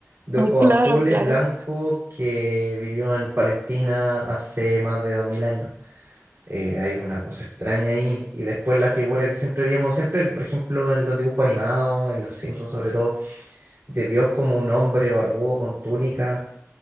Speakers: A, on the right; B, on the right.
A: de
B: Ay,
A: ojos
B: claro,
A: azules,
B: claro,
A: blanco, que vivió en Palestina hace más de 2000 años. Eh, hay una cosa extraña ahí. Y después la figura que siempre veíamos, siempre, por ejemplo, en los dibujos animados, en los Simpsons sobre todo de Dios como un hombre barbudo con túnica.